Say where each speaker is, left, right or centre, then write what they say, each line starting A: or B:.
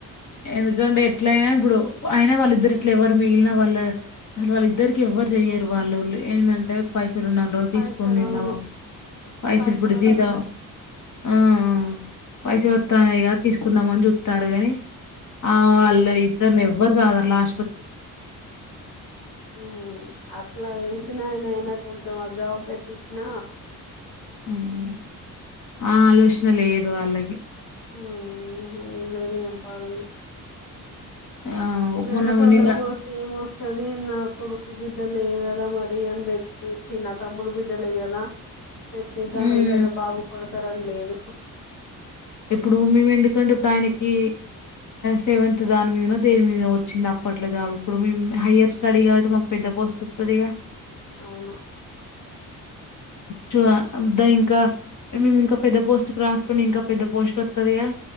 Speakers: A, on the left; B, on the left.
A: ఎందుకండి ఎట్లాయినా ఇప్పుడు అయిన వలిద్దరి ఇట్ల ఎవరు మిగిలిన వాళ్ళ అసలు వాళ్ళ ఇద్దరికి ఎవరు చెయ్యరు వాళ్లోళ్ళే ఏంటంటే పై ఉన్నన్న రోజులు
B: పైసలు
A: తీసుకుని తిందాము
B: అవును
A: పైసలు
B: పైసలతోని
A: ఇప్పుడు జీతం ఆ పైసలు వస్తానేయి కదా తీసుకుందామని చూస్తారు కాని ఆ వల్ల ఇద్దరినీ నెవ్వరు సాగారు కలాష్
B: హ అట్లా తెలిసినాయనన కొంచెం ఆ జాబ్ పెట్టించిన
A: ఆహ్ ఆ ఆలోచన లేదు వల్లాకి
B: ఆహ్ ఏం లేదో ఏం పాడో ఇది
A: ఆ
B: వేరేటలోకి
A: మొన్న నిన్న
B: పోతే ఏ మోస్త త్తాది నా కొడుకు బిడ్డలే కదా మరి అని బెట్టి చిన్నా తమ్ముడు బిడ్డలే కదా పెట్టేద్దాం
A: హ్మ్.
B: వీలైనా బాగుపడ ఉతరం లేదు
A: ఇప్పుడు మేము ఎందుకంటే ఇప్పుడు ఆయనకి సెవెంత్ దాని మీదనో దేని మీదనో వచ్చింది అప్పట్లో జాబ్ ఇప్పుడు మేము హయర్ స్టడీ కాబట్టి మాకు పెద్ద పోస్ట్ వత్తాది గా
B: అవును
A: చు అద్దా ఇంకా మేము ఇంకా పెద్ద పోస్ట్ కు రాసుకుని ఇంకా పెద్ద పోస్ట్ వత్తది గా